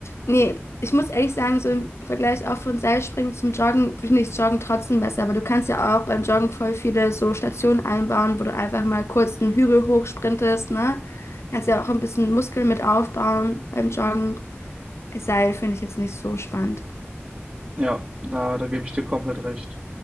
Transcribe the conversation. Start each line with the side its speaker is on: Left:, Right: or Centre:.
Left: nee, ich muss ehrlich sagen, so im Vergleich auch von Seilspringen zum Joggen finde ich Joggen trotzdem besser, aber du kannst ja auch beim Joggen voll viele so Stationen einbauen, wo du einfach mal kurz einen Hügel hochsprintest, ne? Kannst ja auch ein bisschen Muskeln mit aufbauen beim Joggen. Seil finde ich jetzt nicht so spannend.
Right: Ja, da, da gebe ich dir komplett recht.